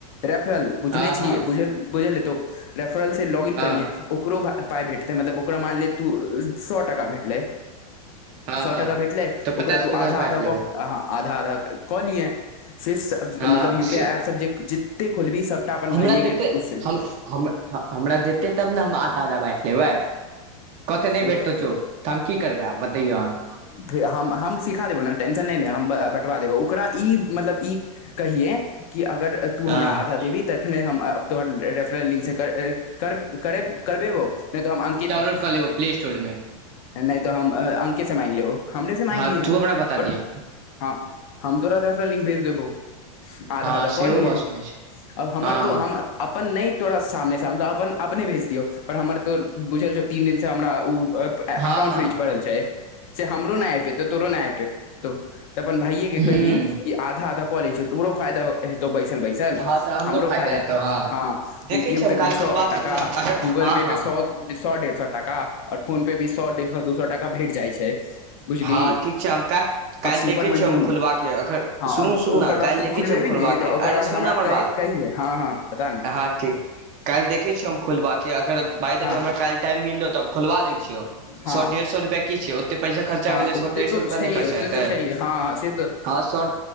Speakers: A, on the left; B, on the right.
A: रेफरल बुझले
B: हँ
A: छैझ
B: हँ
A: बुझल बुझल ह तो रेफरल से लॉग इन
B: हँ
A: करे ओकरो पाय भेटतै मतलब ओकरा मानले तू सए टाका भेटलै
B: हँ
A: सौ
B: हँ
A: टका भेटलै
B: तऽ पचास
A: ओकरा तू
B: पचास
A: आधा
B: बाँटि
A: आधा
B: लेबै
A: क अहाँ आधा आधा कऽ लियै से मतलब
B: हँ
A: यू
B: से
A: पी आई एप सब जे के खुलबी सबटा अपन
B: हमरा
A: भाइये
B: देतै
A: के उसे
B: हम हम हमरा देतै तब ने हम आधा आधा बाँइट लेबै कते न
A: से
B: भेटतौ छौ त हम की करबै आब बतैयौ अहाँ
A: फे हम हम सिखा देबौ ने टेंशन नइ ले हम बटवा देबौ ओकरा ई मतलब ई कहियै कि अगर तू हमरा
B: हँ
A: आधा देबही तखने हम तोहर रेफरेस लिंकसँ कर कर कर करबेबो नहि त हम अंकित
B: क लेब प् स्टोरमे
A: नै तऽ हम अंके से माग ले ओ हमने से मांग
B: हँ
A: लिय है
B: तू हमरा बता
A: पर
B: दिह
A: हँ हम तोरा रेफला लिंक भेज देबौ आधा
B: हँ
A: आधा
B: सेहो
A: कऽ लिये
B: भऽ सकै छै
A: अब हमर
B: हँ
A: तो हम अपन न तोरा सामने साम अपन अपने भेज दियौ पर हमर तो बुझल छो तीन दिन से हमरा उ अकाउंट
B: हँ हँ
A: फ्रीज पड़ल छै से हमरो नहि आ पेते तोरो नहि आ पे तो तऽ अपन भाइयए के
B: ह्म
A: कहिए कि आधा आधा कॉलेज छ तोरो फायदा हेतो बैसल बैसल
B: हँ तऽ
A: हमरो
B: फायदा
A: फाइदा
B: हेतौ हँ
A: पेटीएम
B: देखै छियै हम
A: प
B: काल्हि
A: दू ह
B: खोलबा के अगर
A: गूगल
B: हँ
A: पे
B: हँ
A: पे स सौ डेढ़ सौ टाका और फोन पे भी सौ डेढ़ सौ दू सौ टाका भेट जाइ छै बुझली
B: हँ ठीक छै हम काल्हि
A: आओर
B: काल्हि
A: सुपर
B: देखै
A: मनियो
B: छियै हम
A: मे
B: खोलबाक अगर
A: हँ
B: सुनू
A: आओर
B: सुन
A: ओकर
B: ने
A: बाद
B: काल्हि
A: तू
B: देखे
A: खुलबेबी
B: छियै हम खोलबाक
A: ने तऽ ओकर
B: अरे
A: बाद
B: सुन
A: हमरा
B: ना हमर
A: कह
B: बात
A: कहिये हँ हँ पता नहि
B: हँ ठीक। काल्हि देखै छियौ हम खोलबाक अगर बाइ द
A: हँ
B: वे हमरा काल्हि टाइम मिललौ तऽ हम खोलबा लै छियौ।
A: हँ
B: सौ डेढ़ सौ रुपैया की छैय ओतेक पैसा खर्चा
A: हँ
B: भेलै सौ
A: ओते
B: डेढ़
A: तो
B: सौ
A: छैहे
B: रुपैया न खर्चा
A: ओते
B: हेतै।
A: तो छैहे हँ से तऽ
B: हँ स